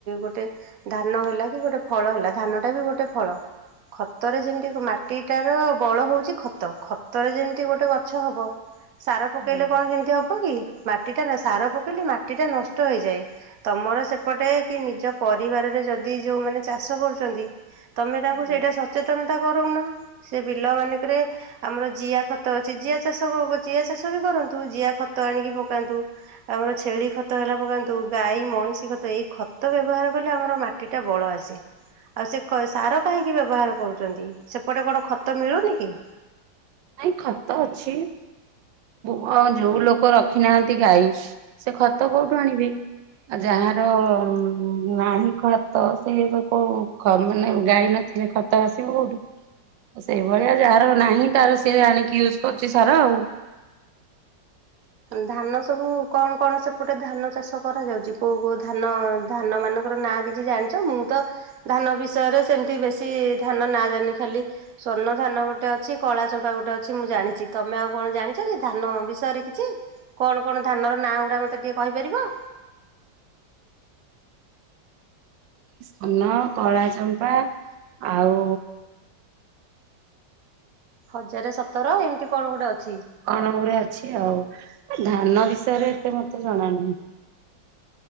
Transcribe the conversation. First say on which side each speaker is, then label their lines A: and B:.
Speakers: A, on the right; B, on the right.
A: ଗୋଟେ ଧାନ ହେଲା କି ଗୋଟେ ଫଳ ହେଲା ଧାନଟା ବି ଗୋଟେ ଫଳ। ଖତରେ ଯେମିତି ମାଟିଟା ର ବଳ ହୋଉଚି ଖତ ଖତରେ ଯେମତି ଗୋଟେ ଗଛ ହବ ସାର
B: ହୁଁ
A: ପକେଇଲେ
B: ହୁଁ।
A: କଣ ସେମତି ହବ କି ମାଟିଟା ନା ସାର ପକେଇଲେ ମାଟିଟା ନଷ୍ଟ ହେଇଯାଏ। ତମର ସେପଟେ କି ନିଜ ପରିବାରରେ ଯଦି ଯୋଉମାନେ ଚାଷ କରୁଛନ୍ତି ତମେ ତାଙ୍କୁ
B: ହୁଁ।
A: ସେଇଟା ସଚେତନତା କରୋଉନ ସିଏ ବିଲ ମାନଙ୍କରେ ଆମର ଜିଆ ଖତ ଅଛି ଜିଆ ଚାଷ ବବ ଜିଆ ଚାଷ ବି କରନ୍ତୁ ଜିଆ ଖତ ଆଣିକି ପକାନ୍ତୁ। ଆମର ଛେଳି ଖତ ହେଲା ପକାନ୍ତୁ ଗାଈ, ମଇଁଷି ଖତ ଏଇ ଖତ ବ୍ୟବହାର କଲେ ଆମର ମା ମାଟି ଟା ବଳ ଆସେ ଆଉ ସେ କ ସାର କାହିଁକି ବ୍ୟବହାର କରୁଛନ୍ତି ସେପଟେ କଣ ଖ ତ ମିଳୁନି କି?
B: ନାଇଁ ଖତ ଅଛି। ହଁ ଯୋଉ ଲୋକ ରଖିନାହାନ୍ତି ଗାଈ ସେ ଖତ କୋଉଠୁ ଆଣିବେ? ଆଉ ଯାହାର ଉଁ ନାହିଁ ଖତ ସେ ଏବେ କୋଉ ଖ ମାନେ ଗାଈ ନଥିଲେ ଖ ତ ଆସିବ କୋଉଠୁ ସେଇଭଳିଆ ଯାହାର ନାହିଁ ତାର ସିଏ ଆଣିକି ୟୁଜ୍ କରୁଛି ସାର ଆଉ।
A: ଧାନ ସବୁ କଣ କଣ ସେପଟେ ଧାନ ଚାଷ କରାଯାଉଛି କୋଉ କୋଉ ଧାନ ଧାନ ମାନଙ୍କର ନାଁ କିଛି ଜାଣିଛ ମୁଁ ତ ଧାନ ବିଷୟରେ ସେମିତି ବେଶୀ ଧାନ ନାଁ ଜାଣିନି ଖାଲି ସ୍ଵର୍ଣ୍ଣ ଧାନ ଗୋଟେ ଅଛି କଳା ଚମ୍ପା ଗୋଟେ ଅଛି ମୁଁ ଜାଣିଛି ତମେ ଆଉ କଣ ଜାଣିଛ କି ଧାନ ବିଷୟରେ କିଛି। କଣ କଣ ଧାନର ନାଁ ଗୁଡ଼ା ମତେ ଟିକେ କହିପାରିବ?
B: ସ୍ଵର୍ଣ୍ଣ କଳା ଚମ୍ପା ଆଉ
A: ହଜାରେ ସତର ଏମିତି କଣ ଗୋଟେ ଅଛି।
B: କଣ ଗୋଟେ ଅଛି ଆଉ ଧାନ ବିଷୟରେ ଏତେ ମତେ ଜଣାନାହିଁ।